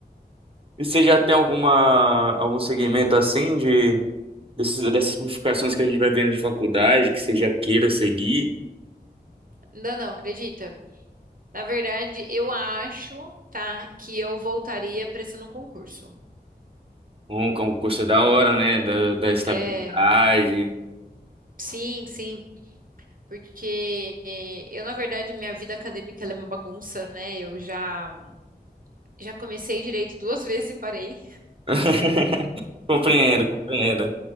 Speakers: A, on the right; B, on the right.
A: E você já tem alguma algum segmento assim de desses, dessas modificações que a gente vai vendo de faculdade que você já queira seguir?
B: Ainda não, acredita? Na verdade, eu acho, tá, que eu voltaria prestando concurso.
A: Um concurso da hora, né? Da, da estabilidade.
B: É, sim, sim. Porque eh, eu, na verdade, minha vida acadêmica ela é uma bagunça, né? Eu já, já comecei direito duas vezes e parei.
A: <laughs> Compreendo, compreendo.